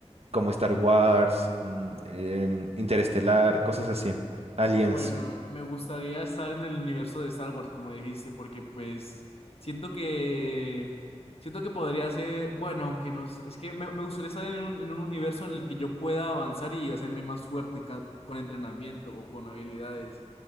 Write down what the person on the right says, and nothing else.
como Star Wars, mm, em, Interestelar, cosas así, Aliens,